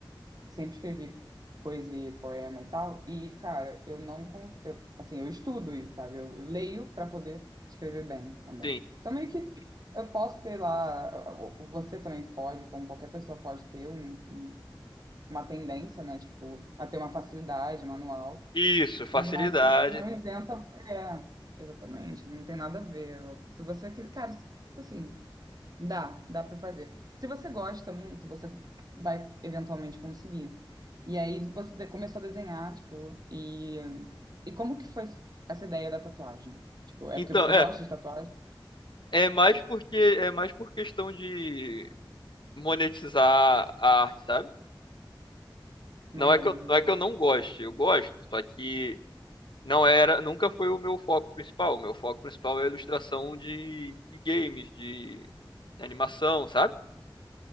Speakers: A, on the right (about 50°); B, on the left (about 65°).
A: sempre escrevi poesia, e poema e tal, e, cara, eu não. con- Eu, assim, eu estudo isso, sabe? Eu, eu leio para poder escrever bem também.
B: sim.
A: Então, meio que. Eu posso ter lá, você também pode, como qualquer pessoa pode ter um uma tendência, né? Tipo, a ter uma facilidade manual,
B: Isso, facilidade,
A: mas não isenta. É, exatamente, não tem nada a ver. Se você quer, cara, assim, dá, dá pra fazer. Se você gosta muito, você vai eventualmente conseguir. E aí você de- começou a desenhar, tipo, e, e como que foi essa ideia da tatuagem? Tipo, é
B: Então,
A: porque você
B: é.
A: gosta de tatuagem?
B: É mais porque é mais por questão de monetizar a arte, sabe? Não
A: Maneiro.
B: é que eu,
A: né?
B: não é que eu não goste, eu gosto, só que não era, nunca foi o meu foco principal. O meu foco principal é a ilustração de, de games, de animação, sabe?